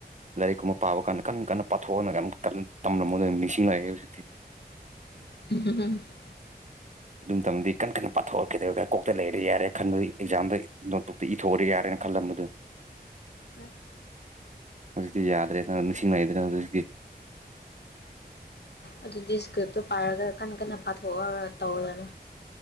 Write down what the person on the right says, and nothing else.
ꯂꯥꯏꯔꯤꯛꯀꯨꯝꯕ ꯄꯥꯕ ꯀꯥꯟꯗ ꯀꯟꯅ ꯀꯟꯅ ꯄꯥꯊꯣꯛꯑꯒ ꯀꯟꯅ ꯇꯝꯂꯝ ꯃꯗ ꯅꯤꯡꯁꯤꯡꯉꯂꯛꯑꯦ ꯍꯧꯖꯤꯛꯇꯤ
ꯑꯗꯨꯝ ꯇꯝꯗꯤ ꯀꯟꯅ ꯀꯟꯅ ꯄꯥꯊꯣꯔꯛꯀꯗꯧꯔ ꯀꯣꯛꯇ ꯂꯩꯔꯗꯤ ꯌꯥꯔꯦ ꯈꯟꯕꯒꯤ ꯑꯦꯛꯖꯥꯝꯗ ꯅꯣꯠꯕꯨꯛ ꯇ ꯏꯊꯣꯛꯑꯗꯤ ꯌꯥꯔꯦꯅ ꯈꯜꯂꯝꯕꯗꯨ
ꯍꯧꯖꯤꯛꯇꯤ ꯌꯥꯗ꯭ꯔꯦ ꯅꯪ ꯅꯤꯡꯁꯤꯡ ꯉꯏꯗ꯭ꯔꯅ ꯍꯧꯖꯤꯛꯇꯤ